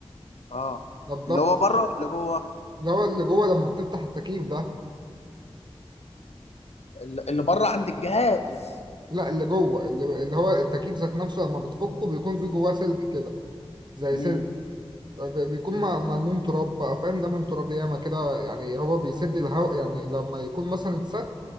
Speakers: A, on the left; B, on the right.
A: اه
B: نضفت
A: اللي هو بره ولا جوه
B: اللي هو اللي جوه لما بتفتح التكييف ده
A: ال- اللي بره عند الجهاز
B: لا اللي جوه اللي, اللي هو التكييف ذات نفسه لما بتفكه بيكون في جواه سلك كده زي
A: امم
B: سلك ب- بيكون م- ملموم تراب بقى فاهم لمم تراب ياما كده يعني هو بيسد الهواء يعني لما يكون مثلا اتسد